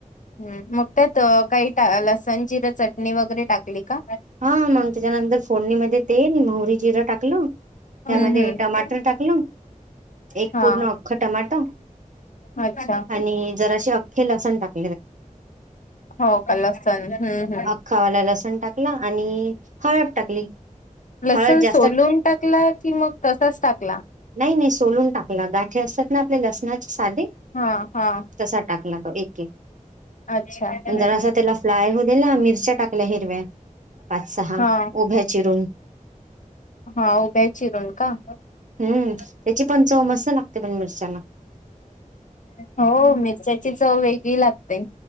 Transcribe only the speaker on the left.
ह् मग त्यात काही टा लसण जिरं चटणी वगैरे टाकली. का
हम्म हम्म
हा
अच्छा
हो का लसन हम्म हम्म
लसुन
सोलून टाकला कि मग तसाच टाकला.
हा हा
अच्छा हम्म
हा
हा उभ्या चिरून का
हो मिरच्याची चव वेगळी लागते.